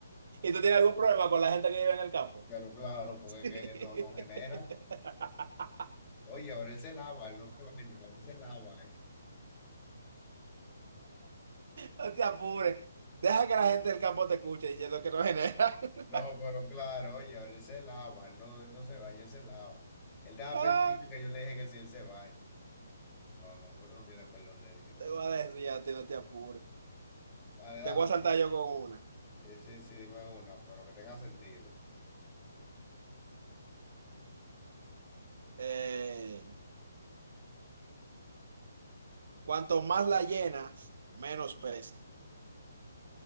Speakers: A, on the right; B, on the left.
A: tú tienes algún problema con la gente que vive en el campo?
B: Pero claro, porque
A: <laughs>
B: es que no, no generan. Oye, ahora él se lava, él no se baña, ahora él se lava, eh.
A: No te apures. Deja que la gente del campo te escuche diciendo que no genera. <laughs>
B: No, pero claro, oye, ahora él se lava, él no, él no se baña, él se lava. Él estaba
A: Ah,
B: pensando que yo le dije que si él se baña. No, no, pues no tiene perdón de Dios.
A: Te voy a decir a ti, no te apures.
B: Dale, dale,
A: Te voy a
B: dime.
A: saltar yo con una.
B: Sí, sí, sí, dime una, pero que tenga sentido.
A: Eh, cuanto más la llenas, menos pesa.